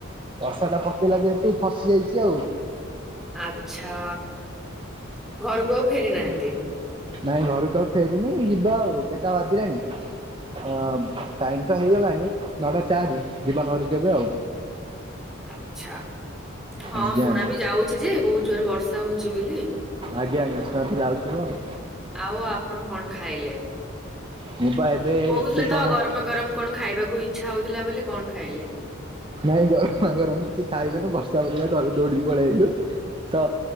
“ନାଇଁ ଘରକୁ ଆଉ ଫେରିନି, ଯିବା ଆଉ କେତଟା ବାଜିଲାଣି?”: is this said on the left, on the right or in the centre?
Right